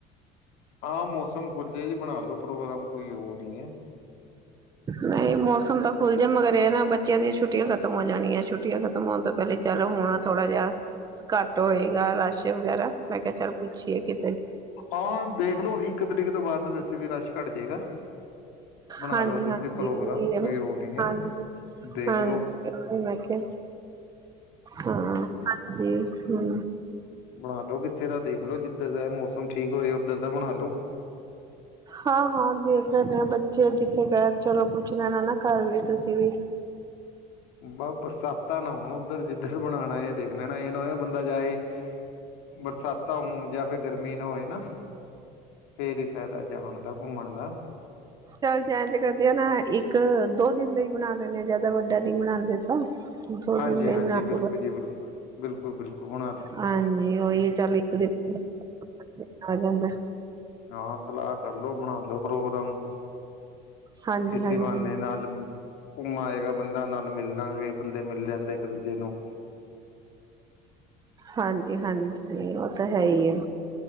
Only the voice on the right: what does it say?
ਨਹੀਂ ਮੌਸਮ ਤਾਂ ਖੁੱਲਜੇ, ਮਗਰ ਇਹ ਨਾ ਬੱਚਿਆਂ ਦੀਆਂ ਛੁੱਟੀਆਂ ਖਤਮ ਹੋ ਜਾਣੀਆਂ, ਛੁੱਟੀਆਂ ਖ ਖਤਮ ਹੋਣ ਤੋਂ ਪਹਿਲੇ ਈ, ਚੱਲੋ ਹੁਣ ਥੋੜਾ ਜਾ ਘੱਟ ਹੋਏਗਾ ਰਸ਼ ਵਗੈਰਾ, ਮੈਂ ਕਿਹਾ ਚੱਲ ਪੁੱਛੀਏ ਕਿ
ਹਾਂਜੀ-ਹਾਂਜੀ,
ਓਈ ਐ
ਨਾ,
ਹਾਂਜੀ,
ਹਾਂ
ਮੈਂ ਕਿਹਾ, ਹਾਂ, ਹਾਂਜੀ, ਹੂੰ।
ਹਾਂ-ਹਾਂ ਦੇਖ ਲੈਂਦੇ ਆ, ਬੱਚੇ ਜਿੱਥੇ ਕਹਿਣ ਚਲੋ ਪੁੱਛ ਲੈਣਾ ਨਾ, ਘਰ ਵੀ ਤੁਸੀਂ ਵੀ।
ਚੱਲ ਜੈ ਐਂਜ ਕਰਦੇ ਆ ਨਾ, ਇੱਕ-ਦੋ ਦਿਨ ਲਈ ਬਣਾ ਲੈਂਨੇ ਆ, ਜਿਆਦਾ ਵੱਡਾ ਨੀ ਬਣਾਂਦੇ ਤਾਂ, ਦੋ
ਦਿਨ ਦਾ
ਈ ਬਣਾ
ਲ
ਹਾਂਜੀ, ਓਈ ਏ, ਚੱਲ ਇੱਕ ਦਿਨ <inaudible> ਆ ਜਾਂਦਾ।
ਹਾਂਜੀ
ਹਾਂਜੀ
ਹਾਂਜੀ-ਹਾਂਜੀ, ਉਹ ਤਾ ਹੈਈ ਏ।